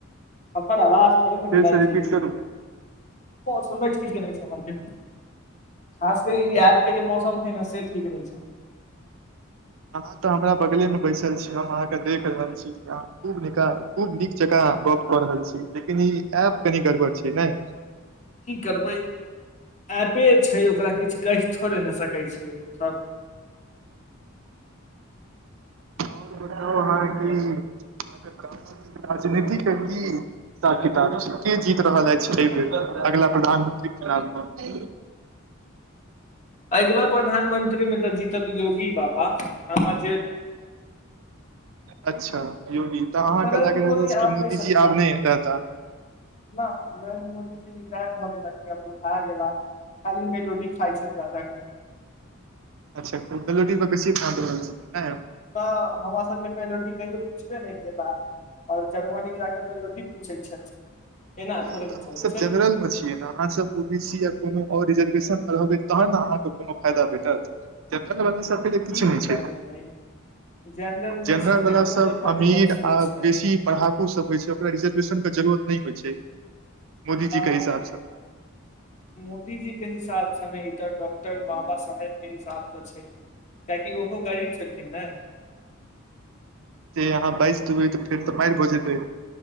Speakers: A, on the left (about 35°); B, on the right (about 70°).
A: हमर आाज थोड़े ने
B: फेरसँ
A: बिलाए
B: रिपीट
A: छै यौ
B: करू
A: मौसम ठीक नहि छै अहाँ के खास क ई एप्प के जे मौसम छैै न से ठीक नहिं छै
B: अहाँ तऽ हमरा बगलेमे बैसल छी हम अहाँकेँ देख रहल छी अहाँ खूब नीक खूब नीक जकाँ गप्प कऽ रहल छी लेकिन ई ऐप कनि गड़बड़ छै ने
A: की करबै एप्पे छै ओकरा किछु कहि थोड़े नहि सकै छियै सब
B: आओर बताउ अहाँ के की राजनीतिक के की हिसाब किताब छै के जीत रहल अछि एहि बेर अगिल प्रधानमंत्री चुनाव मे
A: अगिला प्रधानमंत्री मे तऽ जीतत योगी बाबा हमर
B: अच्छा योगी तऽ अहाँके
A: नरेन्द्र
B: लागि रहल
A: मोदी
B: अछि कि
A: आब
B: मोदीजी
A: नहि सकता
B: आब नहि रहता
A: न नरेन्द्र मोदी जी रिटार भ गेलाह किया त - खा गेला खाली मेलोडी खाइ छैथि जा जा कं
B: अच्छा मेलोडी पर बेसी ध्यान दअ रहल छथिन नै
A: तं हमरा सब कें मेलोडी कहियौ पूछबे नहिं केलाह आओर जर्मनी जा कए मेलोडी पूछै छथि एना
B: तऽ
A: थोड़े ने
B: अहाँ
A: चलै
B: सब
A: छै
B: जनरल मे छियै ने अहाँ सब ओबी सी या कोनो आओर रिजर्वेशन मे रहबै तहन ने अहाँके कोनो फायदा भेटत जेनरल वला सब सब कें लेल किछु
A: की
B: नहि छै
A: करबै जेनरल मे
B: जनरल
A: छी तकरो
B: वला सब
A: तऽ बहुत
B: अमीर
A: अफसोस
B: आ
A: है
B: बेसी पढ़ाकू सब होइ छै ओकरा रिजर्वेशन के जरूरत नहि होई छै मोदीजी
A: हँ
B: के हिसाबसँ
A: मोदी जी के हिसाबसँ नहि क <inaudible> डॉक्टर बाबा साहेब के हिसाबसँऽ छै कएाकि ओहो गरीब छलखिन ने
B: आहाँ बाजि देबै तऽ फेर तऽ मारि भऽ जेतै